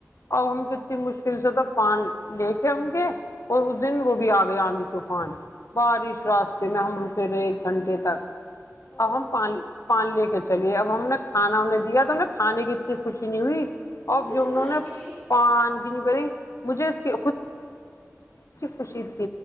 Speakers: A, on the left (about 65°); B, on the left (about 35°).
A: اب ہم وہ کتنی مشکل سے پڑھ لیں گے اور وہ اس دن بھی اگئے بارش رستے میں اگئی ہم گھنٹے رکے رہے <inaudible>
B: او
A: اب ہم
B: ہو
A: پان لے کے چلی اب ہمیں اتنی کھانے کی خوشی نہیں ہوئی جو
B: جتنی
A: ان لوگوں
B: بہن کی ہوئی
A: نے مجھے اس کی خوش <inaudible>